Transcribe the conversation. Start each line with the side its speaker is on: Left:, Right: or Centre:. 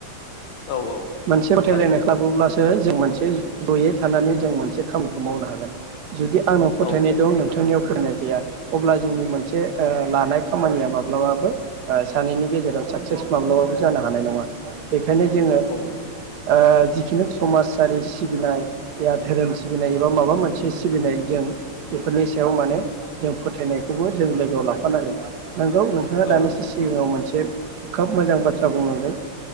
Left: औ औ
Right: मोनसे फोथायलायनायखो
Left: थारैनो
Right: लाबोब्लासो जों मोनसे जयै थानानै जों मोनसे खामानिखौ मावनो हागोन जुदि आंनाव फोथायनाय
Left: औ औ
Right: दं नोंथांनियाव फोथायनाय गैया अब्ला जोंनि मोनसे ओ लानाय खामानिया माब्लाबाबो ओ सानैनि गेजेराव साक्सेस माब्लाबाबो जानो हानाय नङा, बे खायनो जोङो
Left: औ
Right: ओ जिखिनु समाजारि सिबिनाय या धोरोम सिबिनाय एबा माबा मोनसे सिबिनाय जों बेफोरनि सायाव माने जों फोथायनायखौबो जों लोगोआव लाफानांगोन। नोंगौ नोंथाङा दानिसो
Left: औ
Right: सिगाङाव मोनसे खोब मोजां बाथ्रा बुंलांदों